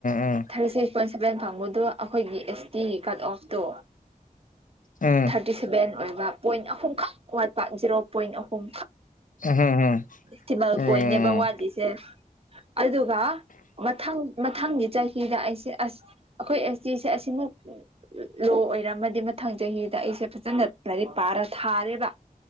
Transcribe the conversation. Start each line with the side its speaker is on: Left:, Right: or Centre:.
Left: ꯎꯝ
Right: ꯊꯥꯔꯇꯤ ꯁꯤꯛꯁ ꯄꯣꯏꯟ ꯁꯚꯦꯟ ꯐꯪꯕꯗꯣ ꯑꯩꯈꯣꯏꯒꯤ S T cut off to
Left: um
Right: thirty seven ꯑꯣꯏ ꯄꯣꯏꯟ ꯑꯍꯨꯝ ꯈꯛ ꯋꯥꯠꯄ ꯖꯤꯔꯣ ꯄꯣꯏꯟ ꯑ ꯍꯨꯝ
Left: ꯎꯝ
Right: ꯗꯦꯁꯤꯃꯦꯜ
Left: ꯎꯝ
Right: ꯄꯣꯏꯟꯅꯦꯕ ꯋꯥꯠꯂꯤꯁꯦ ꯑꯗꯨꯒ ꯃꯊꯪ ꯃꯊꯪꯒꯤ ꯆꯍꯤꯗ ꯑꯩꯁꯦ ꯑꯁ ꯑꯩꯈꯣꯏ ꯑꯦꯁ ꯇꯤ ꯁꯦ ꯑꯁꯤꯃꯨꯛ ꯂꯣ ꯑꯣꯏꯔꯝꯃꯗꯤ ꯃꯊꯪ ꯆꯍꯤ ꯑꯩꯁꯦ ꯐꯖꯟꯅ ꯂꯥꯏꯔꯤꯛ ꯄꯔꯥ ꯊꯥꯔꯦꯕ